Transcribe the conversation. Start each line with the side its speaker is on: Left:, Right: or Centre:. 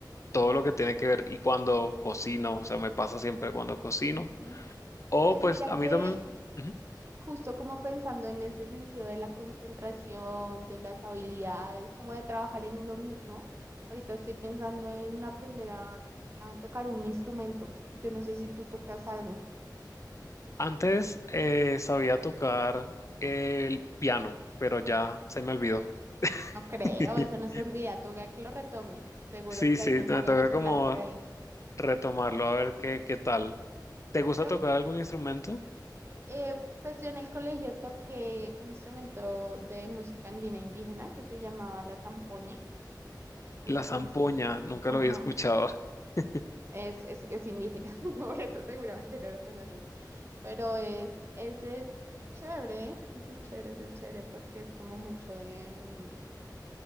Left: todo lo que tiene que ver y cuando cocino, o sea, me pasa siempre cuando cocino.
Right: Ujú.
Left: O
Right: Pues
Left: pues
Right: mira
Left: a mí
Right: que
Left: también, ujú.
Right: Justo como pensando en ese sentido de la concentración, de las habilidades, como de trabajar en uno mismo. Ahorita estoy pensando en aprender a, a tocar un instrumento. Yo no sé si tú tocas algo.
Left: Antes eh, sabía tocar el piano, pero ya se me olvidó.
Right: No creo,
Left: <laughs>
Right: eso no se olvida. Toca que lo retomes. Seguro
Left: Sí,
Right: que
Left: sí,
Right: hay memoria
Left: me toca
Right: muscular
Left: como
Right: por ahí.
Left: retomarlo, a ver qué, qué tal. ¿Te gusta
Right: Pero
Left: tocar algún instrumento?
Right: eh, pues yo en el colegio toqué un instrumento de música andina indígena que se llamaba la zampoña. Entonces,
Left: La zampoña, nunca
Right: ajá,
Left: lo había escuchado. <laughs>
Right: es, es, es indígena, <laughs> por eso seguramente no lo conoces. Pero es, ese es chévere, ese es chévere, ese es chévere porque es como mucho de, mm,